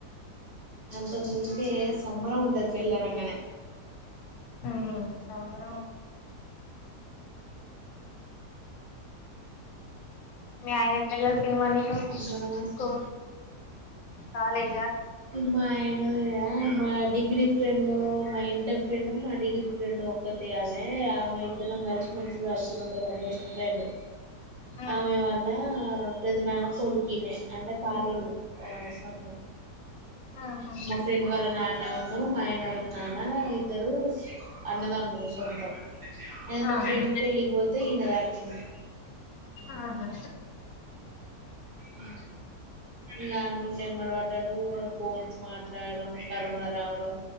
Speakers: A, on the right (about 65°); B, on the left (about 65°).
A: అంతకు ముందే సంబరం ఉంటది పెళ్ళి అనంగానే
B: ఉమ్ సంబరం మీ ఆయన ఎట్లా కలిసిండు మరీ నీకు
A: సంబరమా
B: స్కూల్
A: సం
B: కాలేజ్
A: మా ఆయన యా <unintelligible> డిగ్రీ ఫ్రెండ్ మా ఇంటర్ ఫ్రెండ్ మా డిగ్రీ ఫ్రెండ్ ఒక్కతే అమే ఆమె ఇద్దరం కలిసి కలిసి చదుకునేటోళ్లం బెస్ట్ ఫ్రెండ్
B: ఉమ్
A: ఆమె వాల్ల పెదనాన్న కొడుకినే అంటే పాలొల్లు ఆ సొంతం
B: ఆహా
A: మా ఫ్రెండ్ వాళ్ళ నాన్న <unintelligible> మాయన వాళ్ళు నాన్న ఇద్దరు అన్నదమ్ములు సొంతం అదే మా
B: ఆహా
A: ఫ్రెండ్ పెళ్ళికి పోతే ఈయన కలిసిండు
B: ఆహా
A: మ ఇకా ఆన్నుండి ఎమ్మడి పడ్డాడు ఫోన్స్ మాట్లాడడం కరోనా రావడం